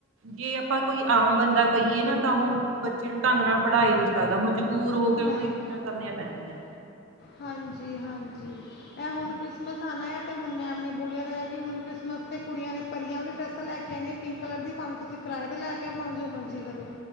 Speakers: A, on the right; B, on the left.
A: ਜੇ ਆਪਾਂ ਕੋਈ ਆਮ ਬੰਦਾ ਕਹੀਏ ਨਾ ਤਾਂ ਉਹ ਬੱਚੇ ਨੂੰ ਢੰਗ ਨਾਲ ਪੜ੍ਹਾਈ ਨਹੀਂ ਕਰ ਸਕਦਾ ਮਜਬੂਰ ਹੋ ਕੇ
B: ਨਹੀਂ
A: ਉਹਨੂੰ ਇਹ ਚੀਜ਼ਾਂ ਕਰਨੀਆਂ ਪੈਂਦੀਆਂ।
B: ਹਾਂਜੀ ਹਾਂਜੀ। ਇਹ ਹੁਣ
A: ਨੇ।
B: ਕ੍ਰਿਸਮਿਸ ਆਉਣਾ ਆ ਤੇ ਹੁਣ ਮੈਮ ਨੇ ਬੋਲਿਆ ਤਾਂ ਕਿ ਹੁਣ ਕ੍ਰਿਸਮਸ 'ਤੇ ਕੁੜੀਆਂ ਨੇ ਪਰੀਆਂ ਵਾਲੀਆਂ ਡਰੈੱਸਾਂ ਲੈ ਕੇ ਆਈਆਂ ਪਿੰਕ ਕਲਰ ਦੀ ਪਾਵੇ ਤੁਸੀਂ ਕਿਰਾਏ 'ਤੇ ਲੈ ਕੇ ਆਓ ਜੋ ਮਰਜ਼ੀ ਕਰੋ।